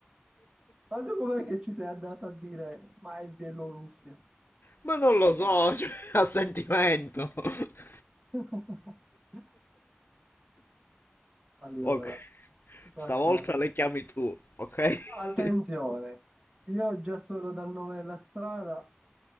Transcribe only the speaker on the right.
Ma tu com'è che ci sei andata a dire, ma è Bielorussia?
<laughs> Allora,
qua
siamo.
Attenzione,
io già solo dal nome della strada,